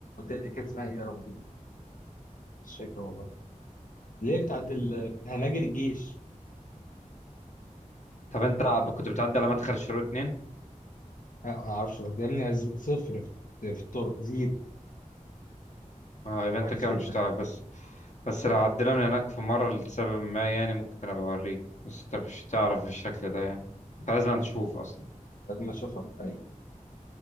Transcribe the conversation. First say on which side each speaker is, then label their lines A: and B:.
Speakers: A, on the left; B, on the left.
A: دي كانت اسمها ايه يا ربي مش فاكر والله اللي هي بتاعت ال... هناجر الجيش
B: طب انت كنت بتعدي على مدخل شروق اتنين
A: لا، ما اعرفش بدلني صفر في في الطرق زيرو
B: اه يبقى انت
A: وحش
B: كده
A: جدا
B: مش هتعرف بس بس لو عدينا من هناك في مرة لسبب ما يعني ممكن ابقى اوريك بس انت مش هتعرف بالشكل ده يعني انت لازم تشوف اصلا
A: لازم اشوفها من بعيد